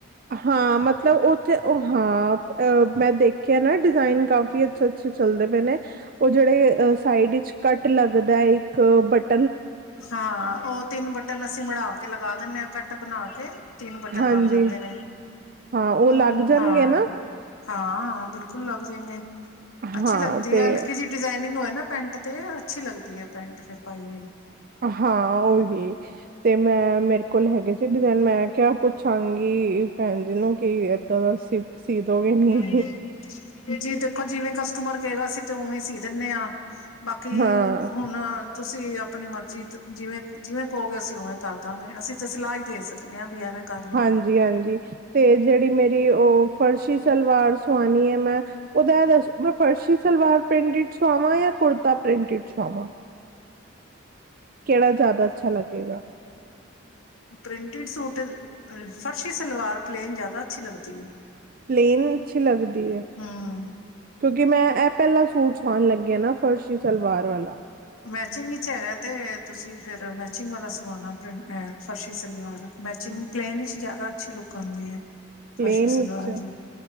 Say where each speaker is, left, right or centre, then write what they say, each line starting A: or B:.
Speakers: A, on the right (about 45°); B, on the left (about 85°).
A: ਹਾਂ ਮਤਲਬ ਉੱਥੇ ਉ ਹਾਂ ਅ ਮੈਂ ਦੇਖਿਆ ਨਾ ਡਿਜ਼ਾਇਨ। ਕਾਫੀ ਅੱਛੇ-ਅੱਛੇ, ਚੱਲਦੇ ਪਏ ਨੇ ਉਹ ਜਿਹੜੇ ਸਾਈਡ ਵਿੱਚ ਕੱਟ ਲੱਗਦਾ ਹੈ, ਇੱਕ ਪਟ
B: ਹਾਂ, ਉਹ ਤਿੰਨ ਬਟਨ ਅਸੀਂ ਮੜ੍ਹਾ ਕੇ ਲਗਾ। ਲਗਾ ਦਿੰਦੇ ਹਾਂ ਕੱਟ ਬਣਾ ਕੇ। ਤਿੰਨ ਬਟਨ
A: ਹਾਂਜੀ
B: ਲੱਗ ਜਾਂਦੇ ਨੇ
A: ਹਾਂ ਲੱਗ
B: ਉਹ
A: ਜਾਣਗੇ
B: ਹਾਂ।
A: ਨਾ
B: ਹਾਂ ਬਿਲਕੁਲ ਲੱਗ ਜਾਏਗੇ। ਅੱਛੀ
A: ਹਾਂ
B: ਲੱਗਦੀ
A: ਤੇ
B: ਹੈ। ਹਲਕੀ ਜਿਹੀ ਡਿਜ਼ਾਇਨਿੰਗ ਹੋਏ ਨਾ ਪੈਂਟ ਤੇ ਅੱਛੀ ਲੱਗਦੀ ਹੈ ਪੈਂਟ ਫਰ ਪਾਈ ਹੋਈ।
A: ਹਾਂ ਉਓਹੀ ਤੇ ਮੈਂ ਮੇਰੇ ਕੋਲ ਹੈਗੇ ਸੀ ਡਿਜ਼ਾਇਨ ਮੈਂ ਕਿਆ ਪੁੱਛਾਂਗੀ ਭੈਣ ਜੀ ਨੂੰ ਕੀ ਏਦਾਂ ਦਾ। ਸੀ ਸੀ ਦੋਗੇ ਨੀ
B: ਹਮ ਜੀ ਦੇਖੋ ਜਿਵੇਂ ਕਸਟਮਰ ਕਹੇਗਾ ਸੀ। ਉਵੇਂ ਸੀ ਦਿੰਨੇ ਹਾਂ ਬਾਕੀ
A: ਹਾਂ
B: ਹੁਣ ਤੁਸੀਂ ਆਪਣੀ ਮਰਜ਼ੀ ਜਿਵੇਂ ਜਿਵੇਂ ਕਹੋਗੇ ਅਸੀਂ ਉਵੇਂ ਕਰ ਦਾਂਗੇ ਅਸੀਂ ਤਾਂ ਸਲਾਹ ਹੀ ਦੇ ਸਕਦੇ ਹਾਂ ਵੀ ਐਵੇਂ ਕਰ ਲਓ
A: ਹਾਂਜੀ ਹਾਂਜੀ ਤੇ ਜਿਹੜੀ ਮੇਰੀ ਉਹ ਫਰਸ਼ੀ ਸਲਵਾਰ ਸੁਣਣੀ ਹੈ ਮੈਂ ਓਦਾ ਦ ਮ ਫਰਸ਼ੀ ਸਲਵਾਰ ਪ੍ਰਿੰਟਿਡ ਸਆਵਾਂ ਯਾਂ ਕੁੜਤਾ ਪ੍ਰਿੰਟਿਡ ਸਆਵਾਂ ਕਿਹੜਾ ਜ਼ਿਆਦਾ ਅੱਛਾ ਲੱਗੇਗਾ
B: ਪ੍ਰਿੰਟਿਡ ਸੂਟ ਫਰਸ਼ੀ ਸਲਵਾਰ ਪਲੇਨ ਜ਼ਿਆਦਾ ਅੱਛੀ ਲੱਗਦੀ ਏ
A: ਪਲੇਨ ਅੱਛੀ ਲੱਗਦੀ ਏ
B: ਹੂੰ।
A: ਕਿਉਂਕਿ ਮੈਂ ਇਹ ਪਹਿਲਾਂ ਸੂਟ ਸਵਾਉਣ ਲੱਗੀ ਨਾ ਫਰਸ਼ੀ ਸਲਵਾਰ ਵਾਲਾ
B: ਮੈਚਿੰਗ ਵਿੱਚ ਹੈਗਾ ਤੇ ਤੁਸੀਂ ਫਿਰ ਮੈਚਿੰਗ ਵਾਲਾ ਸਵਾਣਾ ਏਹ ਫਰਸ਼ੀ ਸਲਵਾਰ ਮੈਚਿੰਗ ਪਲੇਨ ਵਿੱਚ ਜ਼ਿਆਦਾ ਅੱਛੀ ਲੁੱਕ ਆਉਂਦੀ ਹੈ
A: ਪਲੇਨ
B: ਫਰਸ਼ੀ ਸਲਵਾਰ
A: ਵਿਚ
B: ਦੀ